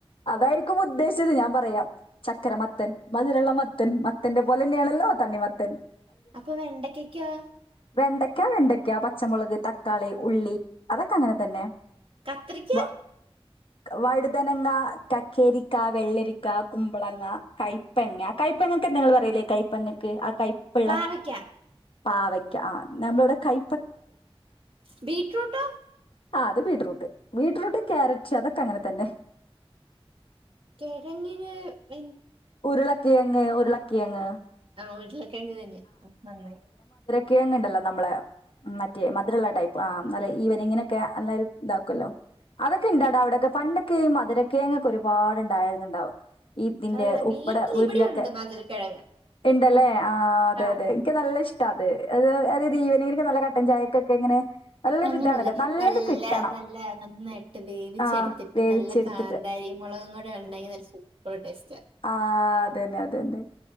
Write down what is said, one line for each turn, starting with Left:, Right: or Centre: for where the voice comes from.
Left: അതായിരിക്ക ഉദ്ദേശിച്ചത് ഞാൻ പറയാം. ചക്കര മത്തൻ മധുരമുള്ള മത്തൻ മത്തന്റെ പോലെ തന്നെയാണല്ലോ തണ്ണിമത്തൻ.
Right: അപ്പൊ വെണ്ടക്കായ്ക്കോ?
Left: വെണ്ടയ്ക്കാ, വെണ്ടയ്ക്കാ, പച്ചമുളക്, തക്കാളി, ഉള്ളി അതൊക്കെ അങ്ങനെ തന്നെ.
Right: കത്രിക്ക
Left: വ- വഴുതനങ്ങ, കക്കേരിക്ക, വെള്ളരിക്ക, കുമ്പളങ്ങ, കയ്പങ്ങ, കയപ്പങ്ങ പറയല് കൈപ്പ ആ കൈപ്പുള്ള
Right: പാവക്ക
Left: പാവയ്ക്ക ആ നമ്മളടെ കൈ
Right: ബീട്രൂട്ടാ
Left: ആ അത് ബീറ്റ്റൂട്ട് ബീട്റൂട്ട് ക്യാരറ്റ് അതൊക്കെ അങ്ങനെ തന്നെ
Right: കേഴങ്ങിന് എ
Left: ഉരുളക്കിഴങ് ഉരുളക്കിഴങ്ങ്
Right: ആ വീട്ടിലക്കെ എ തന്നെ നായി
Left: കിഴങ്ങുണ്ടല്ലോ നമ്മള് മറ്റേ മധുരമുള്ള ടൈപ്പ് ആഹ് നല്ല ഈവരനിങ്ങനെക്കെ ല്ലാരും ഇതാക്കുല്ലോ അതൊക്കെ ഇണ്ടടാ അവിടെയക്കെ പണ്ടൊക്കെയും മധുരക്കേങൊ ക്കെ ഒരുപാട്ണ്ടായിരുന്നുണ്ടാവും ഈതിന്റെ
Right: ആ,
Left: ഉപ്പടെ
Right: വീട്ടിൽ
Left: വീട്ടിലൊക്കെ
Right: ഇവിടെ ഉണ്ട് പതിരക്കിഴങ്ങ്
Left: ഇണ്ടല്ലേ ആഹ് അതെ
Right: ആ
Left: അതെ എനിക്ക് നല്ലശ് അ അതത് ഈവനെങ്കിലൊക്കെ നല്ല കട്ടൻ ചായക്കൊക്കെ ഇങ്ങനെ നല്ലൊരു
Right: അങ്ങനെയല്ല
Left: ഇതാണല്ലോ നല്ലത്
Right: നല്ല
Left: കിട്ടണം
Right: നല്ല നന്നായിട്ട് വേവിച്ചെടുത്തിട്ട്
Left: ആ വേവിച്ചെടുത്തിട്ട്
Right: നല്ല കാന്താരി കുരുമളകും കടെ ഉണ്ടെങ്കിൽ നല്ല സൂപ്പർ ടേസ്റ്റ്
Left: ആഹ് അതന്നെ അതന്നെ